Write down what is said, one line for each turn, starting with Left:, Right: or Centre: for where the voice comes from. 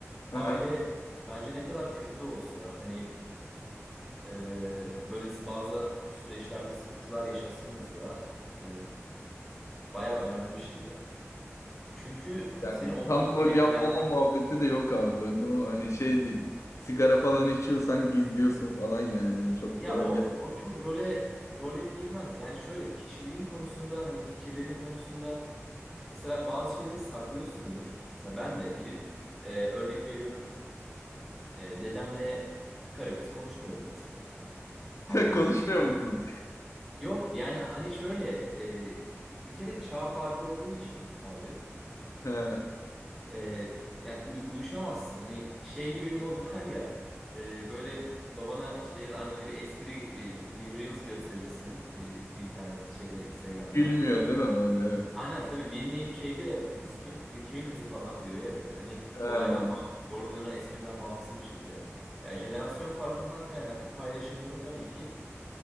Left: Aha.
Centre: Aile bence ne kadar kötü de olsa hani e, böyle bazı süreçlerde sıkıntılar yaşasanız da e, bayağı önemli bir şey ya. Çünkü
Left: Yani
Centre: seni olduğun
Left: tam gol
Centre: gibi
Left: yapmama
Centre: bilen
Left: muhabbeti de yok abi böyle O hani şey değil. Sigara falan içiyorsan gizliyorsun falan yani. Çok
Centre: Ya
Left: da rol
Centre: o
Left: yap.
Centre: o çok role role girmez. Yani şöyle kişiliğin konusunda hani fikirlerin konusunda mesela bazı şeyleri saklıyorsundur. Mesela ben de gidip e, örnek veriyorum e, dedemle karı kız konuşmuyorum mesela hani anladın
Left: <laughs> Konuşmuyor
Centre: mı?
Left: musun?
Centre: Yok yani hani şöyle e, bir kere çağ farkı olduğu için abi
Left: Ha,
Centre: e, yani uy- uyuşamazsın. Hani şey gibi bir mod <laughs> var ya e, böyle babana işte ya da annene bir espri bir, bir Reels gösterirsin e, internet şeyde Instagram'dan.
Left: Gülmüyor değil mi böyle? Evet.
Centre: Aynen tabii bilmeyip şey diyor ya bu kız kim? Kimin kızı falan diyor ya böyle. Hani
Left: Ha,
Centre: olaydan bağ- orada dönen espriden bağımsız bir şekilde. Yani jenerasyon farkından kaynaklı paylaşımların tabii ki